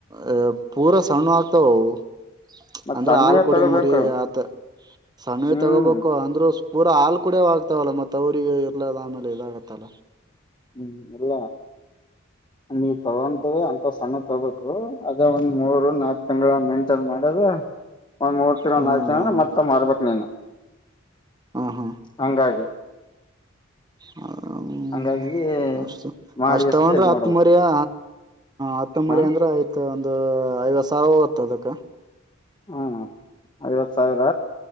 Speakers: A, on the right; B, on the left.
A: ಅ ಪೂರಾ ಸಣ್ಣ ಆಗ್ತಾವ ಅವು
B: ಮತ್
A: ಅಂದ್ರೆ
B: ಸಣ್ಣವೇ
A: ಹಾಲ್ ಕುಡ
B: ತಗೋಬೇಕು
A: ಮರಿ ಆತ ಸಣ್ಣ
B: ಹ್ಮ್
A: ತಗೋಬೇಕು ಅಂದ್ರರು ಪೂರಾ ಹಾಲ್ ಕುಡ ಆಗ್ತ ಆತ್ತವಲ್ಲ ಮತ್ತೆ ಅವ್ರರಿಗೆ ಇರ್ಲದ ಆಮೇಲೆ ಇದಾಗತ್ತಲ್ಲ.
B: ಹ್ಮ್ ಅದಾ. ನೀವ ತಗೊಂತೀವಿ ಅಂತ ಸಣ್ಣ ತಗಬೇಕು ಅದೇ ಒಂದ್ ಮೂರು ನಾಕು ತಿಂಗಳ ಮೇಂಟೈನ್ ಮಾಡದ. ಒಂದ್ ಮೂರ್ ತಿಿನ
A: ಹ್ಮ್
B: ನಾಕು ಜನ ಮತ್ತ ಮರ್ಬಕ್ ನೀನ್.
A: ಹಾ ಹಾ
B: ಹಂಗೆ.
A: ಹ್ಮ್
B: ಹಂಗಾಗಿ
A: ಅಷ್ಟ
B: ಮಾಡಿ
A: ಅಷ್ಟ
B: ಎಷ್ಟ
A: ತಗೊಂಡ್ರೆ
B: ಇದ್
A: ಹತ್ತ
B: ಮಾಡ್ಬೇಕು
A: ಮರಿ ಹ ಹತ್ತ ಮರಿ
B: ಹ
A: ಅಂದ್ರೆ ಆಯ್ತ. ಒ ಐವತ್ತು ಸಾವಿರ ವತ್ತು ಅದಕ್ಕ.
B: ಹ್ಮ ಐವತ್ ಸಾವಿರ.